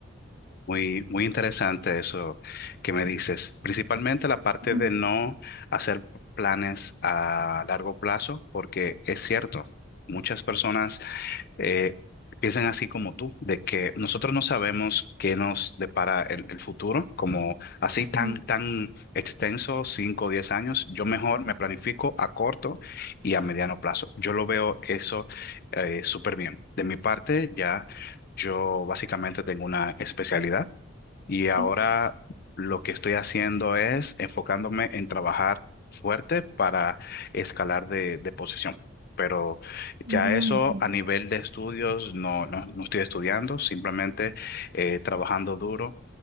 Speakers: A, on the left; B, on the right.
A: Muy, muy interesante eso que me dices. Principalmente la parte
B: Ujú,
A: de no hacer planes a largo plazo, porque es cierto, muchas personas eh, piensan así como tú, de que nosotros no sabemos qué nos depara el, el futuro, como así
B: Sí,
A: tan, tan extenso, 5 o 10 años. Yo mejor me planifico a corto y a mediano plazo. Yo lo veo eso eh, súper bien. De mi parte, ya yo básicamente tengo una especialidad y
B: sí,
A: ahora lo que estoy haciendo es enfocándome en trabajar fuerte para escalar de, de posición. Pero
B: Mm,
A: ya eso
B: entiendo.
A: a nivel de estudios no, no, no estoy estudiando, simplemente eh, trabajando duro